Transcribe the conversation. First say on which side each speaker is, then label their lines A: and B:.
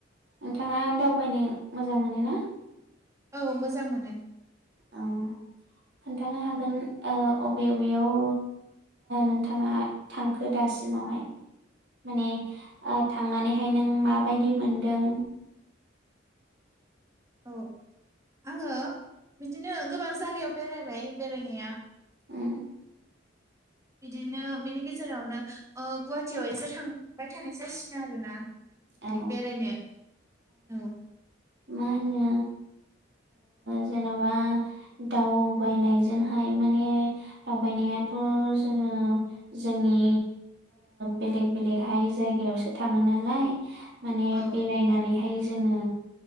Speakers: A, on the right (about 65°); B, on the right (about 15°).
A: नोंथाङा दावबायनो मोजां मोन ना?
B: औ मोजां मोनो।
A: ओ खोन्थानो हागोन ओ अबे अबेयाव नोंथाङा थांखो दासिमावहाय? माने ओ थांनानै ओखाय नों माबायदि मोनदों?
B: औ आङो बिदिनो गोबां जायागायाव बेरायबाय बेरायनाया।
A: उम
B: बिदिनो बिनि गेजेरावनो गुवाहाटियाव एसे थांबाय थानाय जासिनो आरोना।
A: औ
B: बेरायनो औ
A: मा होनो जेनबा दावबायनायजोंहाय माने दावबायनायाथ जोङो जोंनि बेलेग बेलेगहाय जायगायावसो थाङो नालाय। <inaudible> माने
B: औ
A: बेरायनानैहाय जोङो